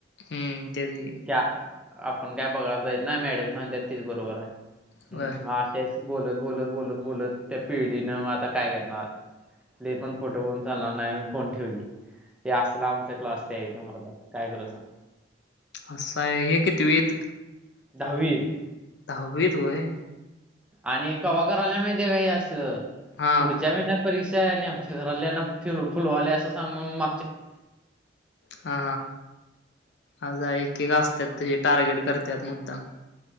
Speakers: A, on the left; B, in the centre.
A: हम्म, ते बी ये.
B: आपण काय बघायला जाईत नाय, मॅडम सांगतात तीच बरोबर आहे,
A: होय
B: हम्म, म अशी-अशी बोलत, बोलत, बोलत, बोलत त्या पिढीनं आता काय करणार? लैई पण खोटं बोलून चालणार नाही, म फोन ठेवली. ते असलं आमचा क्लासचा एक मुलगा काय करू सांग?
A: असं ये, कितवीत?
B: दहावीत.
A: दहावीत व्हय
B: आणि हे कव्हा करायल्या माहिती आहे, का असं
A: हा
B: पुढच्या महिन्यात परीक्षा ये आमच्या घरातल्याना फिरवा फुलवाले असं सांगून म
A: हा, हाजा एक -एक असत्या ते टार्गेट करत्यात मुद्दाम.